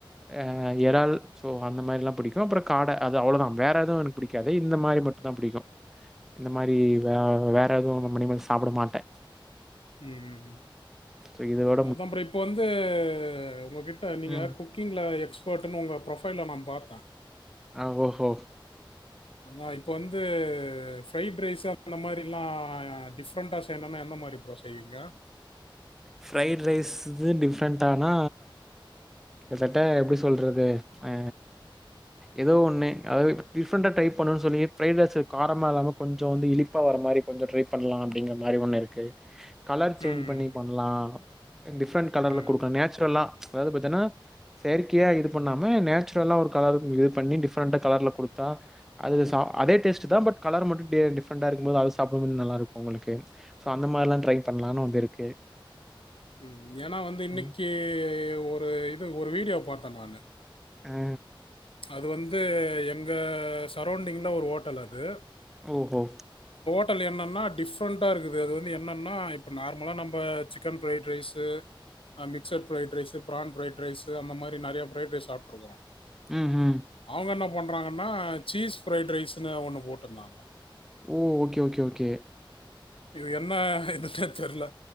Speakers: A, in the centre; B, on the left.
A: ஆ எறால் சோ அந்த மாரில்லா புடிக்கு அப்புற காட அது அவ்ளோதா வேற எதுவு எனக்கு புடிக்காது இந்த மாரி மட் டுந்தா புடிக்கு இந்த மாரி வேற வேற எதுவு நொம்மணிமல சாப்புட மாட்ட
B: ம் ம்
A: ஸ்ர இதுவொ
B: அதா ப்ரோ இப்ப வந்து ஒங்ககிட்ட நீங்க
A: ம்.
B: குக்கிங்ல எக்ஸ்பர்ட்ன்னு ஒங்க ப்ரொஃபைல்ல நா பாத்தே
A: அ ஓஹோ
B: அதா இப்ப வந்து ஃப்ரைட் ரைஸு அந்த மாரில்லா டிஃப்ரண்டா செய்யணூனா என்ன மாரி ப்ரோ செய்வீங்க
A: ஃப்ரைட் ரைஸ்ஸுது டிஃப்ரண்டானா கிட்டத்தட்ட எப்டி சொல்றது அ ஏதோ ஒண்ணு அதாவது டிஃப்ரண்டா ட்ரை பண்ணனு சொன்னீங்க ஃப்ரைட் ரைஸு காரமா இல்லாம கொஞ்சோ வந்து இனிப்பா வர மாரி கொஞ்சொ ட்ரை பண்ணலா அப்டிங்கிற மாரி ஒண்ணு இருக்கு கலர் சேஞ்ச்
B: ம்
A: பண்ணி பண்லா டிஃப்ரண்ட் கலர்ல
B: ம்
A: குடுக்கலா நேச்சுரலா அதாவது பாத்தனா செயற்கையா இது பண்ணாம நேச்சுரலா ஒரு கலர் இது பண்ணி டிஃப்ரண்ட்டா கலர்ல குடுத்தா அது சா அதே டேஸ்ட்டு தா பட் கலர் மட்டு டே டிஃப்ரண்டா இருக்கும்போது அது சாப்டுமுன் நல்லாருக்கு ஒங்களுக்கு சோ அந்த மார்ல்லா ட்ரை பண்ணலானு ஒந்து இருக்கு
B: ம் ஏன்னா வந்து இன்னக்கி
A: ம்.
B: ஒரு இது ஒரு வீடியோ பாத்தே நானு
A: ஆ
B: அது வந்து எங்க சரோண்டிங்ல ஒரு ஓட்டல் அது
A: ஓஹோ
B: <unintelligible> என்னன்னா டிஃப்ரண்டா இருக்குது அது வந்து என்னன்னா இப்ப நார்மலா நம்ப சிக்கன் ஃபிரைட் ரைஸ்ஸு அ mixed fried rice prawn fried rice அந்த மாரி நெறைய ஃபிரைட் ரைஸ்ஸு சாப்ட்றுகுறோ
A: ம் ம்
B: அவுங்க என்னா பண்றாங்கன்னா சீஸ் ஃபிரைட் ரைஸ்ஸுன்னு ஒண்ணு போட்ருந்தாங்க
A: ஓ ஓகே ஓகே ஓகே
B: இது என்னா இதுனே தெர்ல